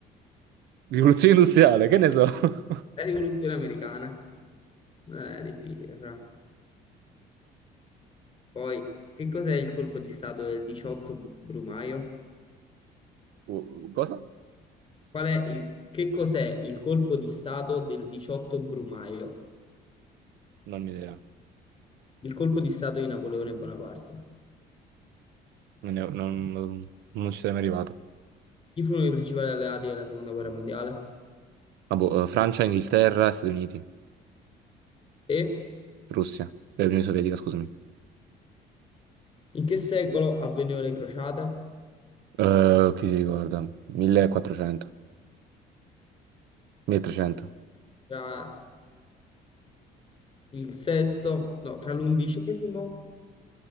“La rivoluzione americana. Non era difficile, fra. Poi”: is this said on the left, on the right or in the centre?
Left